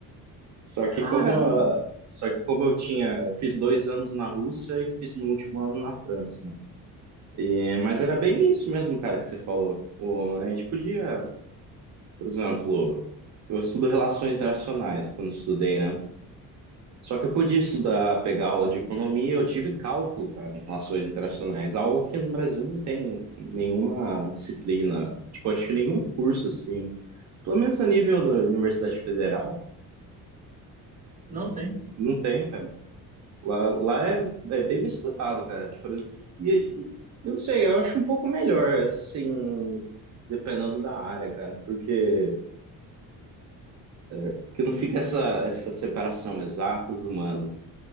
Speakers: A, on the right; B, on the right.
A: Só que
B: Caramba,
A: como, a- só que como eu tinha, eu fiz dois anos na Rússia e fiz meu último ano na França, né? E, mas era bem isso mesmo, cara, que você falou. O, a gente podia, por exemplo, eu estudo relações internacionais quando estudei, né? Só que eu podia estudar, pegar aula de economia, eu tive cálculo, cara, em relações internacionais, algo que no Brasil não tem nenhuma disciplina, tipo, acho que nenhum curso, assim, pelo menos a nível da Universidade Federal,
B: Não tem.
A: não tem, cara. Lá, lá é, é bem misturado, cara. Por exemplo, e e- eu não sei, eu acho um pouco melhor, assim, dependendo da área, cara, porque, porque não fica essa, essa separação exatos humanos.